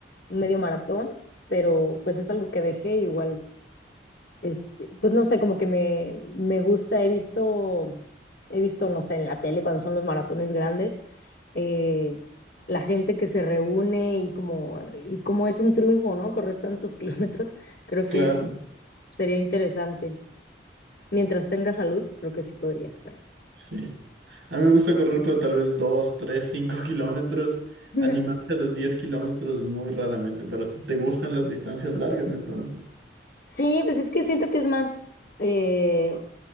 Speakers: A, on the left (about 60°); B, on the right (about 90°).
A: un medio maratón, pero pues es algo que dejé igual este, pues no sé, como que me, me gusta, he visto, he visto, no sé, en la tele cuando son los maratones grandes, eh, la gente que se reúne y como, y como es un triunfo, ¿no? Correr tantos <laughs> kilómetros, creo
B: claro,
A: que sería interesante. Mientras tenga salud, creo que sí podría hacerlo.
B: sí. A mí me gusta correr, pero tal vez dos, tres, cinco <laughs> kilómetros.
A: <laughs>
B: Animarse a los 10 kilómetros muy raramente, pero te te gustan las distancias largas entonces.
A: Sí, pues es que siento que es más, eh,